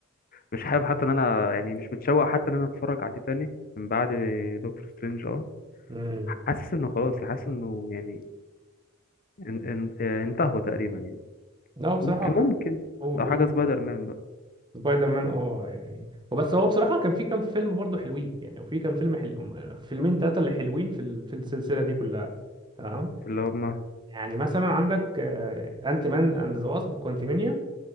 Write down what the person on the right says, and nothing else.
امم
لا هو بصراحه
كان
قول
قول
سبايدر مان اه يعني وبس هو بصراحة كان في كام فيلم برضه حلوين يعني وفي كام فيلم حلو فيلمين ثلاثة اللي حلوين في ال- في السلسلة دي كلها تمام
يعني مثلا عندك انت مان اند ذا واسب كوانتمينيا